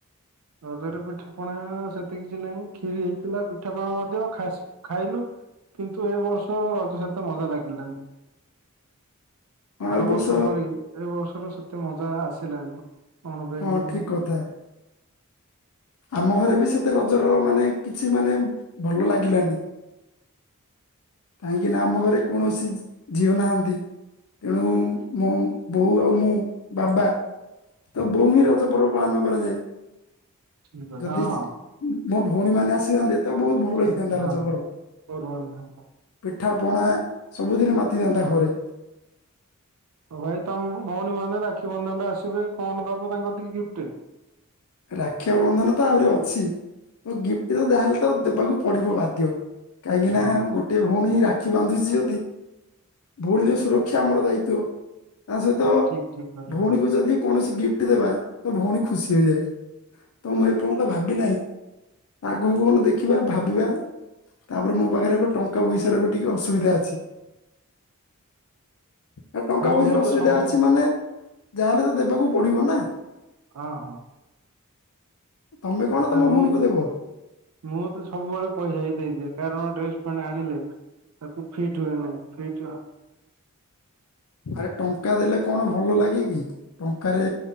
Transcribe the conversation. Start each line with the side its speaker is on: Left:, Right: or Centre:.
Right: ରଜରେ ପିଠା ପଣା ସେତେ କିଛି ନାହିଁ କ୍ଷିରି ହେଇଥିଲା, ପିଠାପଣା ମଧ୍ୟ ଖାସ୍ ଖାଇଲୁ କିନ୍ତୁ ଏ ବର୍ଷ ରଜ ସେତେ ମଜା ଲାଗିଲାନି।
Left: ହଁ
Right: ଆରବର୍ଷ
Left: ଏ ବର୍ଷ
Right: ପରି ଏ ବର୍ଷର ସତେ ମଜା ଆସିଲାନି। କଣ ପାଇଁ
Left: ହଁ
Right: କେଜାଣି?
Left: ଠିକ୍ କଥା। ଆମ ଘରେ ବି ସେତେ ରଜର ମାନେ କିଛି ମାନେ ଭଲ ଲାଗିଲାନି। କାହିଁକିନା ଆମ ଘରେ କୌଣସି ଝିଅ ନାହାନ୍ତି। ତେଣୁ ମୋ ବୋଉ ଆଉ ମୁଁ ବାବା ତ ବୋଉଣି ରଜପର୍ବ ପାଳନ କରାଯାଏ।
Right: ଠିକ୍ ଅଛି
Left: ଯଦିଜ୍
Right: ହଁ
Left: ମୋ ଭଉଣୀମାନେ ଆସିଯାନ୍ତି ତ ବହୁତ୍ ଭଲ
Right: ଥାନ୍ତି
Left: ହେଇଥାନ୍ତା ରାଜପର୍ବ।
Right: ହଁ ବହୁତ ଭଲ ଲାଗନ୍ତା।
Left: ପିଠା ପଣା ସବୁଦିନ ମାତିଥାଆନ୍ତା ଘରେ।
Right: ଉ ଭାଇ ତମ ଭଉଣୀ ମାନେ ରାକ୍ଷୀ ବନ୍ଧନ ଟା ଆସିବେ କଣ ଦବ ତାଙ୍କ ଟିକେ ଗିଫ୍ଟ।
Left: ରାକ୍ଷି ବନ୍ଧନ ତ ଆହୁରି ଅଛି ତ ଗିଫ୍ଟ ତ ଯହେଲେ ତ ଦେବାକୁ ପଡିବ ବାଧ୍ୟ। କାହିଁକି
Right: ହଁ
Left: ନା ଗୋଟେ ଭଉଣୀ ରା -- କ୍ଷି ବାନ୍ଧୁଛି ଯଦି ଭଉଣୀର ସୁରକ୍ଷା ଆମର ଦାୟିତ୍ଵ। ତା ସହିତ
Right: ଠିକ୍ ଠିକ୍ କହିଲେ
Left: ଭଉଣୀକୁ
Right: ଭାଇ
Left: ଯଦି କୌଣସି ଗିଫ୍ଟ ଦେବା ତ ଭଉଣୀ ଖୁସି ହେଇଯାଏ। ତ ମୁଁ ଏପର୍ଯ୍ୟନ୍ତ ଭାବି ନାହିଁ? ଆଗକୁ କଣ ଦେଖିବା ଭାବିବା। ତାପରେ ମୋ ପାଖରେ ଏବେ ଟଙ୍କା ପଇସା ର ବି ଟିକେ ଅସୁବିଧା ଅଛି। ଏ ଟଙ୍କା
Right: ଭାଇ
Left: ପଇସାର
Right: ମୁଁ ତ
Left: ଅସୁବିଧା
Right: ସବୁ
Left: ଅଛି ମାନେ ଯାହାହେଲେ ତ ଦେବାକୁ ପଡିବ ନା।
Right: ହଁ ହଁ।
Left: ତମେ କଣ ତମ
Right: ମୁଁ
Left: ଭଉଣୀକୁ ଦେବ।
Right: ମୁଁ ତ ସବୁବେଳେ ପଇସା ହି ଦେଇଦିଏ କାରଣ ଡ୍ରେସ ମାନେ ଆଣିଲେ- - ତାକୁ ଫିଟ ହୁଏ ନାଇଁ ଫିଟ୍ ହୁଆ
Left: ଆରେ ଟଙ୍କା ଦେଲେ କଣ ଭଲ ଲାଗେ କି ଟଙ୍କାରେ।